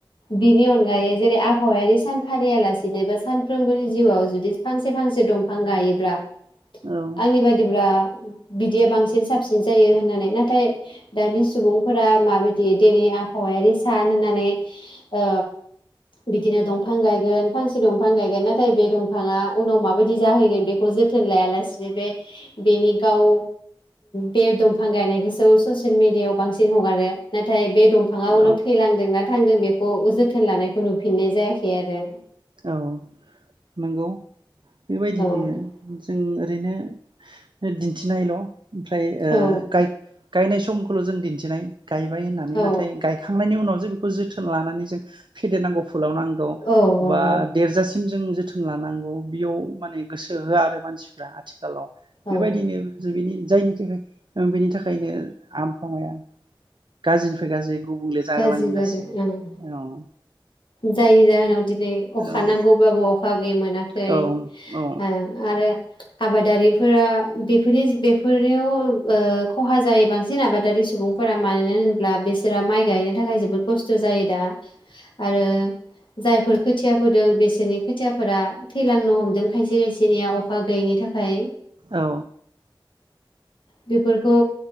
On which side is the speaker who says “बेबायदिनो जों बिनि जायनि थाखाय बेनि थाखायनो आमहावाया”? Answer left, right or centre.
Right